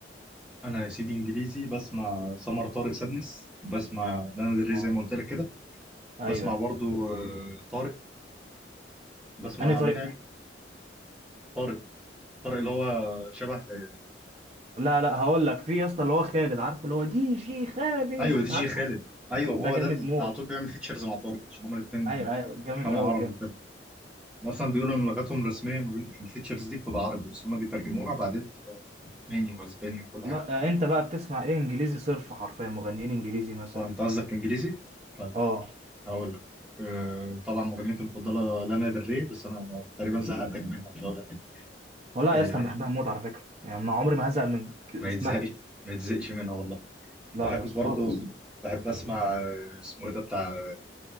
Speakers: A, in the centre; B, on the right (about 35°).
A: انا يا سيدي انجليزي بسمع سمر طارق سادنس بسمع لانا دري
B: اه
A: زي ما قلت لك كده
B: ايوه
A: بسمع
B: ايوه
A: برضو آه، طارق بسمع
B: انهي طريق
A: منعم
B: فيه
A: طارق طارق اللي هو شبه آه،
B: لا لا هقول لك في يا اسطى اللي هو خالد عارفه اللي هو دي جي خالد
A: ايوه دي جي
B: عارفه
A: خالد ايوه ما
B: ده
A: هو
B: جامد
A: ده اللي
B: موت
A: على طول بيعمل فيتشرز مع طارق عشان هما الاثنين
B: ايوه ايوه جامد
A: بيفهموا
B: قوي
A: عربي
B: بجد
A: وكده مثلا بيقولوا ان لغتهم الرسميه ما بين الفيتشرز دي بتبقى عربي بس هما بيترجموها بعدين بتبقى الماني واسباني وكل
B: لا
A: حاجه
B: آه، انت بقى بتسمع ايه انجليزي صرف حرفيا مغنيين انجليزي مثلا
A: اه انت قصدك انجليزي؟ طيب
B: اه
A: هقول لك آه، طبعا مغنيتي المفضله لانا دري بس انا أنا تقريبا زهقتك منها مش هقولها تاني
B: والله
A: آه،
B: يا اسطى انا بحبها موت على فكره يعني ما عمري ما هزهق من اسمها
A: ما يتزهقش ما يتزهقش منها والله
B: لا
A: بحب
B: يا اسطى
A: برضه
B: خالص
A: بحب اسمع آه، اسمه ايه ده بتاع